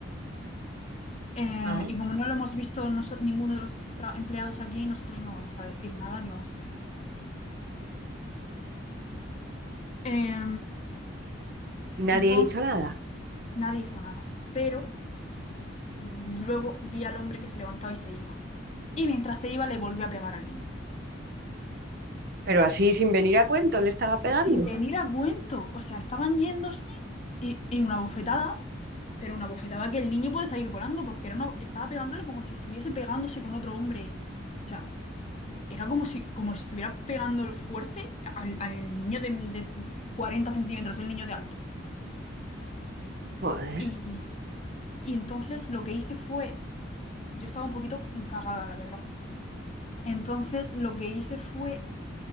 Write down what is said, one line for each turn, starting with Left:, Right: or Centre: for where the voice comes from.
Left: Eh,
Right: Ah.
Left: y como no lo hemos visto nos- ninguno de los tra- empleados aquí, nosotros no vamos a decir nada ni vamos a hacer nada. Eh,
Right: Y nadie
Left: entonces,
Right: hizo nada.
Left: nadie hizo nada, pero luego vi al hombre que se levantaba y se iba. Y mientras se iba, le volvió a pegar al niño.
Right: Pero así, sin venir a cuento, le estaba pegando.
Left: Sin venir a cuento, o sea, estaban yéndose y, y una bofetada, pero una bofetada que el niño puede salir volando porque era una, estaba pegándole como si estuviese pegándose con otro hombre. O sea, era como si, como si estuviera pegando fuerte al, al niño de, de 40 centímetros, el niño de alto.
Right: Joder.
Left: Y, y entonces lo que hice fue, yo estaba un poquito cagada, la verdad. Entonces lo que hice fue